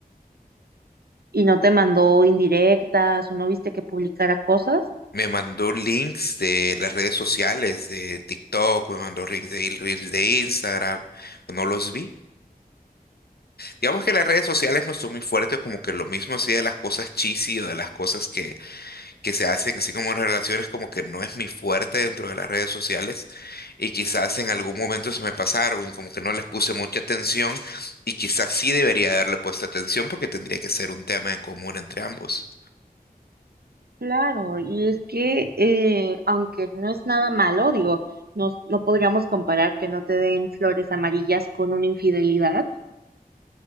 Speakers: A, on the right; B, on the left.
A: ¿Y no te mandó indirectas o no viste que publicara cosas?
B: Me mandó links de las redes sociales, de TikTok, me mandó links de il- reels de Instagram, no los vi. Digamos que las redes sociales no son muy fuertes, como que lo mismo así de las cosas cheesy o de las cosas que, que se hacen así como relaciones como que no es mi fuerte dentro de las redes sociales y quizás en algún momento se me pasaron y como que no les puse mucha atención y quizás sí debería haberle puesto atención porque tendría que ser un tema en común entre ambos.
A: Claro, y es que eh, aunque no es nada malo, digo, nos- no podríamos comparar que no te den flores amarillas con una infidelidad,